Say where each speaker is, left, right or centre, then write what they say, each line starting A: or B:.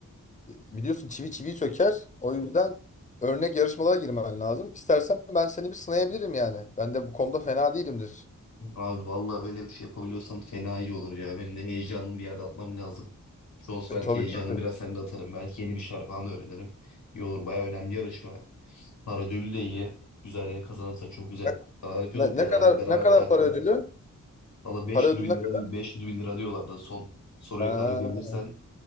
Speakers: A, on the left; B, on the left.
A: biliyorsun çivi çiviyi söker. O yüzden örnek yarışmalara girmen lazım. İstersen ben seni bir sınayabilirim yani. Ben de bu konuda fena değilimdir.
B: Abi vallahi öyle bir şey yapabiliyorsan fena iyi olur ya. Benim de heyecanımı bir yerde atmam lazım. İşte olsa
A: E,
B: belki
A: tabii
B: heyecanımı
A: tabii.
B: biraz sende atarım. Belki yeni bir şarpan öğrenirim. İyi olur. Bayağı önemli yarışma. Para ödülü de iyi. Güzel yani kazanırsak çok güzel
A: Ne,
B: paralar yapıyoruz.
A: ne-
B: Bir
A: ne
B: beraber,
A: kadar
B: beraber
A: ne kadar
B: bir tatile
A: para ödülü?
B: gideriz. Valla 500
A: Para ödülü
B: bin
A: ne kadar?
B: lira, 500 bin lira diyorlardı. Son soruya
A: Ha,
B: kadar gidebilirsen.